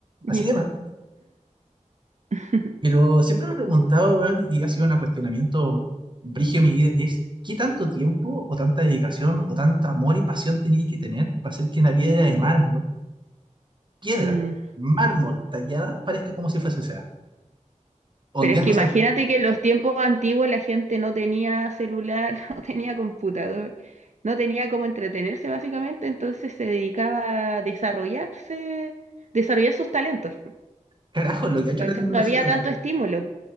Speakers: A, on the right (about 35°); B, on the right (about 60°).
A: así
B: Ya.
A: de mal.
B: <laughs>
A: Pero siempre me he preguntado, weón, y ha sido un cuestionamiento brígido en mi vida, es qué tanto tiempo o tanta dedicación o tanto amor y pasión tenía que tener para hacer que una piedra de mármol, piedra,
B: Mm.
A: mármol tallada, parezca como si fuese sea, hundiéndose
B: Pero es que imagínate
A: al
B: que en los tiempos antiguos la gente no tenía celular, <laughs> no tenía computador, no tenía cómo entretenerse básicamente, entonces se dedicaba a desarrollarse, desarrollar sus talentos.
A: carajo lo que ha hecho
B: ¿cachai?
A: la tecnología,
B: No había tanto
A: weón. En
B: estímulo.